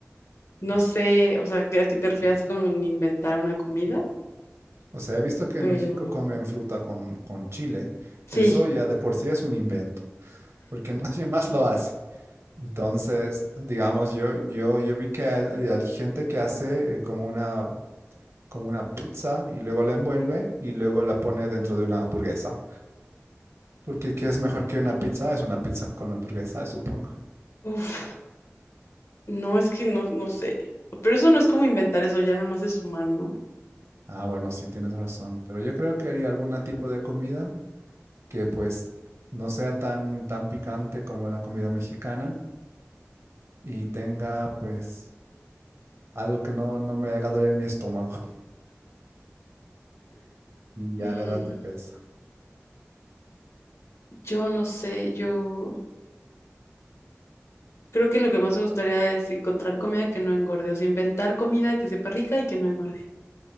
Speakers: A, on the left; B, on the right.
A: no sé, o sea, que- a qué te refieres con inventar una comida,
B: O sea, he visto que
A: pero
B: en México comen fruta con, con chile.
A: sí,
B: Eso ya de por sí es un invento, porque <laughs> nadie más lo hace. Entonces, digamos, yo, yo, yo vi que hay, hay gente que hace eh, como una como una pizza y luego la envuelve y luego la pone dentro de una hamburguesa. Porque ¿qué es mejor que una pizza? Es una pizza con hamburguesa, supongo.
A: uf, no es que no, no sé, pero eso no es como inventar eso, ya nada más es sumar, ¿no?
B: Ah, bueno, sí tienes razón, pero yo creo que haría algún tipo de comida que pues no sea tan tan picante como la comida mexicana y tenga pues algo que no no me haga doler mi estómago <laughs> y ya
A: Mm,
B: la edad me pesa.
A: yo no sé, yo... Creo que lo que más me gustaría es encontrar comida que no engorde, o sea, inventar comida que sepa rica y que no engorde.